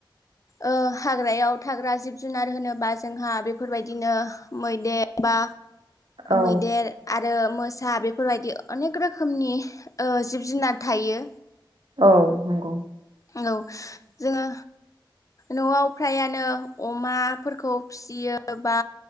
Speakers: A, on the left; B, on the right.
A: ओ हाग्रायाव थाग्रा जिब जुनार होनोब बा जोंहा बेफोरबायदिनो मैदेर बा
B: औ
A: मैदेर आरो आरो मोसा बेफोरबायदि अनेक रोखोमनि ओ जिब जुनार थायो।
B: औ नंगौ
A: औ जोङो न'आव फ्रायानो अमाफोरखौ फिसियो बा